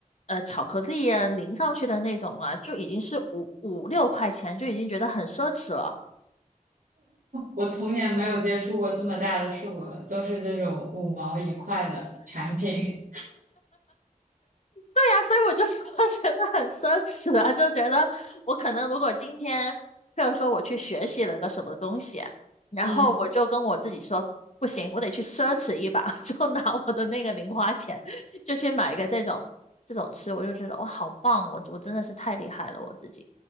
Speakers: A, on the left; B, on the right.
A: 呃巧克力啊淋上去的那种啊，就已经是五五六块钱，就已经觉得很奢侈了。
B: 我童年没有接触过这么大的数额，都是那种五毛一块的产品。
A: 对呀、所以我就说 <laughs> 觉得很奢侈啊，就觉得我可能如果今天，譬如说我去学习了个什么东西，然后我就跟我自己说，
B: 嗯，
A: 不行，我得去奢侈一把，<laughs> 就拿我的那个零花钱，就去买一个这种这种吃，我就觉得哇，好棒，我我真的是太厉害了，我自己